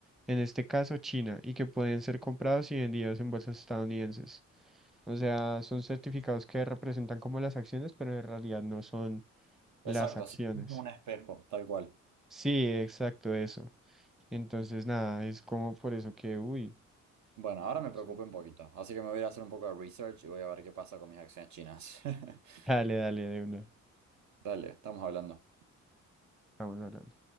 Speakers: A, in the centre; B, on the right.
A: en este caso China, y que pueden ser comprados y vendidos en bolsas estadounidenses. O sea, son certificados que representan como las acciones, pero en realidad no son las
B: exacto,
A: acciones.
B: sí, es como un espejo, tal cual.
A: Sí, exacto, eso. Entonces, nada, es como por eso que, uy,
B: Bueno, ahora me
A: no
B: preocupé
A: sé.
B: un poquito, así que me voy a ir a hacer un poco de research y voy a ver qué pasa con mis acciones chinas. <laughs>
A: <laughs> Dale, dale, de una.
B: Dale, estamos hablando.
A: Vamos hablando.